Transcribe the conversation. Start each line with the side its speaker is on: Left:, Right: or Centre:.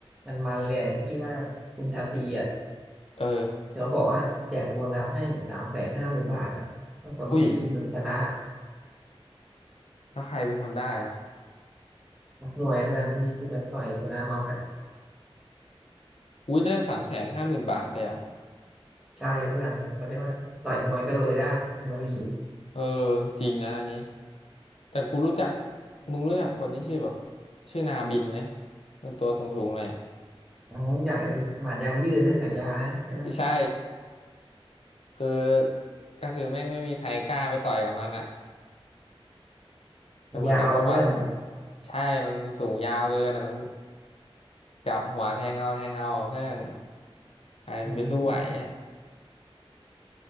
Centre: มันมันเลยอะที่ว่าคุณชาตรีอ่ะ
Left: เออ
Centre: เขาบอกว่าแจกโบนัสให้สามแสนห้าหมื่นบาทอ่ะถ้าคนที่ชนะ
Left: อุ้ยแล้วใครเป็นคนได้อะ
Centre: นักมวยเพื่อนที่ที่แบบต่อยชนะน็อกอ่ะ
Left: อุ้ยได้สามแสนห้าหมื่นบาทเลยเหรอ
Centre: ใช่เพื่อนเขาเรียกว่าต่อยมวยก็เลยได้เป็นวลี
Left: เออจริงนะอันนี้แต่กูรู้จักมึงรู้จักคนที่ชื่อแบบชื่อนาบินไหมมันตัวสูงๆเลยอะ
Centre: อ๋ออย่างไอ้หมัดยางยืดนะฉายานะใช่ไหม
Left: ใช่ คือก็คือแม่งไม่มีใครกล้าไปต่อยกับมันอะแต่เหมือนในประวัติมัน
Centre: ยาวนะเพื่อน
Left: ใช่มันสูงยาวเกินอะมันจับหัวแทงเอาแทงเอาอะเพื่อนใครจะไปสู้ไหวอะ
Centre: อืม